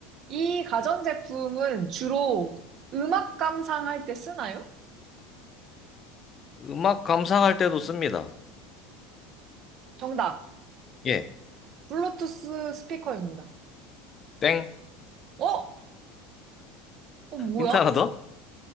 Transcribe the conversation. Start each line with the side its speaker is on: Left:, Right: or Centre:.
Right: 이 가전제품은 주로 음악 감상할 때 쓰나요?
Left: 음악 감상할 때도 씁니다.
Right: 정답.
Left: 예.
Right: 블루투스 스피커입니다.
Left: 땡.
Right: 어? 어, 뭐야?
Left: 힌트 하나 더?